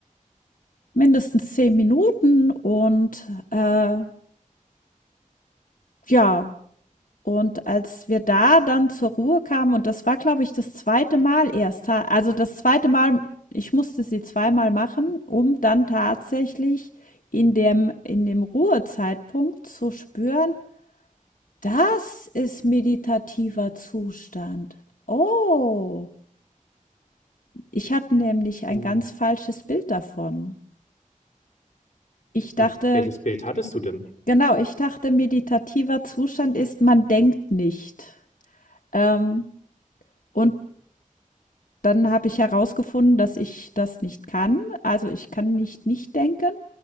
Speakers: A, on the left; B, on the left.
A: Mindestens 10 Minuten und, äh, ja und als wir da dann zur Ruhe kamen und das war, glaube ich, das zweite Mal erst, ta also das zweite Mal ich musste sie zweimal machen, um dann tatsächlich in dem in dem Ruhezeitpunkt zu spüren: „Das ist meditativer Zustand. Oh!“ Ich hatte nämlich ein
B: Hm.
A: ganz falsches Bild davon. Ich dachte
B: Hm. Welches Bild hattest du denn?
A: Genau, ich dachte, meditativer Zustand ist, man denkt nicht. Ähm, und dann habe ich herausgefunden, dass ich das nicht kann. Also ich kann nicht nicht denken.